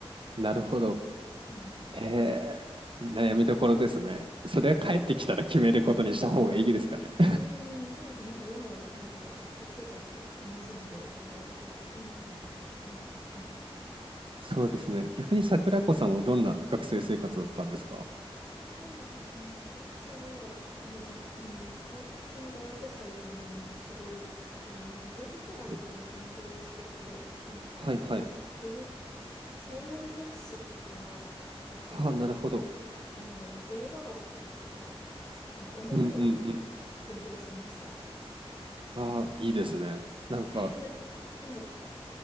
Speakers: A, on the right; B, on the left.
A: なるほど。
B: うん。
A: えー、悩みどころですね。それは帰ってきたら決めることにした方がいいですかね。
B: そうですね。
A: <laughs>
B: えー、そうですね。なんか今は、なんか学生生活を楽しんでいただいた方がいいのかなって思います。
A: そうですね。逆に桜子さんはどんな学生生活だったんですか
B: そうですね。私は、もうが、うん、だ、普通に大学しか出てないんですけど、あの、芸術学の勉強をしてて、
A: はい、
B: なんか、
A: はい、はい。
B: 美術、西洋美術史とか、あと、
A: はあ、なるほど。
B: あの、映画学とか、なんか音楽学とか勉強しました。
A: うんうんうん。ああ、いいですね。なんか、
B: <laughs> はい。